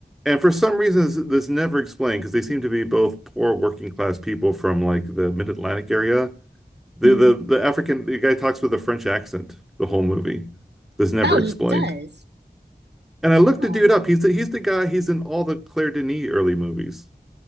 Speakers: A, in the centre; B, on the right.
A: and for some reasons, this, this never explained because they seem to be both poor working class people from like the mid-Atlantic area. The
B: hmm
A: the the African the guy talks with a French accent the whole movie. This never
B: Oh,
A: explained.
B: he does.
A: And I looked
B: Oh,
A: the dude up. He's the, he's the guy. He's in all the Claire Denis early movies.